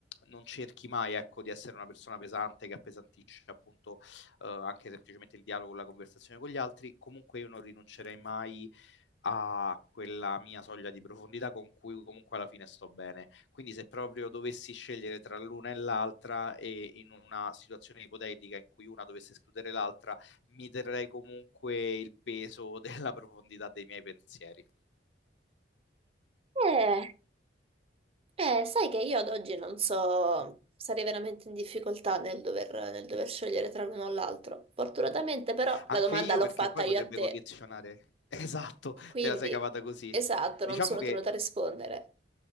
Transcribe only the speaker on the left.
Non cerchi mai, ecco, di essere una persona pesante che appesantisce appunto eh, anche semplicemente il dialogo, la conversazione con gli altri, comunque io non rinuncerei mai a quella mia soglia di profondità con cui comunque alla fine sto bene. Quindi se proprio dovessi scegliere tra l'una e l'altra e in una situazione ipotetica in cui una dovesse escludere l'altra, mi terrei comunque il peso <laughs> della profondità dei miei pensieri.
Anche
io
perché
poi
potrebbe
condizionare. Esatto,
te la sei cavata così.
Diciamo
che